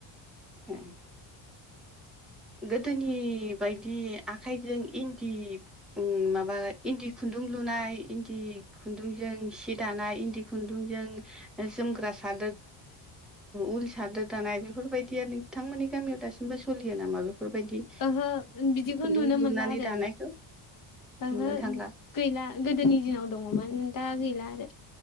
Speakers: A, in the centre; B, on the left.
A: <inaudible> गोदोनि बायदि आखाइजों इन्दि माबा इन्दि खु खुन्दुं लुनाय इन्दि खुन्दुंजों सि दानाय इन्दि खुन्दुंजों जोमग्रा स उल सादोर दानाय बेफोरबायदि आरो नोंथांमोननि गामियाव दासिमबो सलियो नामा? बेफोरबायदि
B: ओहो बिदिखौ
A: खुन्दुं
B: नुनो
A: लुनानै
B: मोनला आरो।
A: दानायखौ
B: ओहो
A: नुनो थांला
B: गैला गोदोनि दिनाव दङमोन दा गैला आरो।